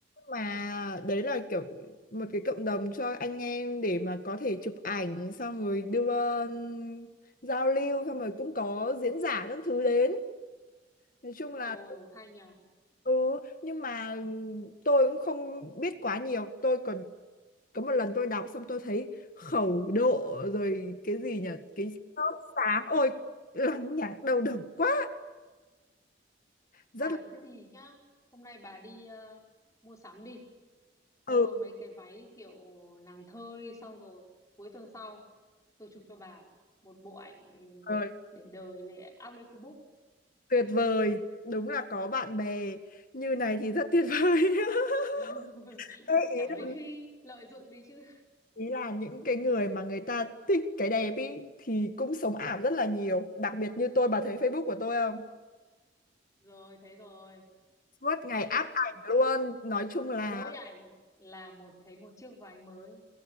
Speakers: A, on the left; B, on the left.
A: mà đấy là kiểu một cái cộng đồng cho anh em để mà có thể chụp ảnh xong rồi đưa um, giao lưu xong rồi cũng có diễn giả các thứ đến nói chung
B: Ồ
A: là
B: hay nhờ.
A: ừ nhưng mà tôi cũng không biết quá nhiều tôi còn có một lần tôi đọc xong tôi thấy khẩu độ rồi cái gì nhỉ cái sốt sáng ôi lằng nhằng đầu độc quá rất
B: À
A: là
B: thế thì nhá, hôm nay bà đi ờ, mua sắm đi mua
A: ừ
B: mấy cái váy kiểu nàng thơ đi xong rồi cuối tuần sau tôi chụp cho bà một bộ ảnh
A: rồi
B: để đời để up lên Facebook
A: Tuyệt vời, đúng là có bạn bè như này thì rất tuyệt vời. <laughs>
B: <laughs>
A: Ê, ý
B: chả mấy
A: là
B: khi lợi dụng đi chứ
A: ý là những cái người mà người ta thích cái đẹp ý thì cũng sống ảo rất là nhiều, đặc biệt như tôi bà thấy Facebook của tôi không?
B: rồi thấy rồi
A: Suốt ngày áp
B: tiếp
A: ảnh luôn, nói chung là
B: mỗi ảnh là một thấy một chiếc váy mới